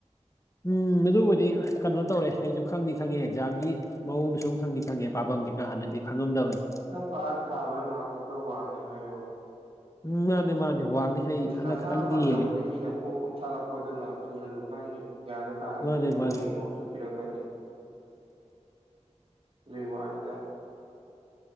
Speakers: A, on the left; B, on the right.
A: ꯎꯝ ꯑꯗꯨꯕꯨꯗꯤ ꯀꯩꯅꯣ ꯇꯧꯔꯦ ꯑꯩꯁꯨ ꯈꯪꯉ ꯈꯪꯉꯤ ꯑꯦꯛꯖꯥꯝꯒꯤ ꯃꯑꯣꯡꯗ ꯁꯨꯝ ꯈꯪꯗꯤ ꯈꯪꯉꯦ ꯄꯥꯐꯝ ꯀꯩꯀꯥ ꯍꯥꯟꯅꯗꯤ ꯈꯪꯉꯝꯗꯕꯅ
B: ꯄꯥ ꯊꯥꯕ꯭ꯔꯥ ꯃꯥ ꯈꯔ ꯋꯥꯡꯅꯤ ꯍꯥꯏ ꯋꯥꯅꯤ
A: ꯎꯝ ꯃꯥꯅꯦ ꯃꯥꯅꯦ ꯋꯥꯡꯅꯤ ꯑꯩ
B: ꯗꯤ
A: ꯍꯟꯗꯛ
B: ꯅꯁꯥꯅ
A: ꯈꯇꯪꯗꯤ
B: ꯄꯥꯖꯕꯕꯨꯗꯤ
A: ꯌꯦꯡꯉꯦ
B: ꯃꯤꯅ ꯄꯣꯞ ꯄꯣꯞ ꯇꯥꯜꯂꯛꯄꯗꯨꯅ ꯊꯨꯅꯁꯨ ꯈꯪꯉꯤ ꯒ꯭ꯌꯥꯟꯁꯨ ꯇꯥꯅꯤ
A: ꯃꯥꯅꯦ
B: ꯑꯗꯩ ꯃꯣꯏꯒꯤ
A: ꯃꯥꯅꯦ
B: ꯅꯣꯠꯁꯨ ꯄꯤꯔꯛꯀꯅꯤ ꯑꯗꯨꯣꯏ ꯋꯥꯅꯤꯗ